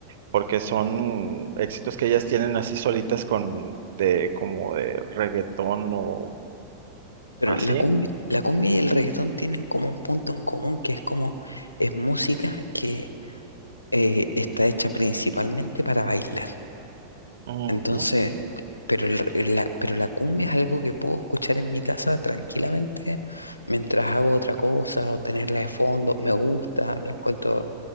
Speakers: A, on the right; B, on the left.
A: porque son éxitos que ellas tienen así solitas con, de, como de reggaetón o
B: pero
A: así.
B: la cumbia, la cumbia y el reggaetón tienen como un punto en común que es como, es música que eh, está hecha principalmente para bailar.
A: Ujú.
B: Entonces, Pero el- la, pero la cumbia es algo que puedo escuchar en mi casa tranquilamente mientras hago otra cosa o tenerla de fondo. Me gusta, la encuentro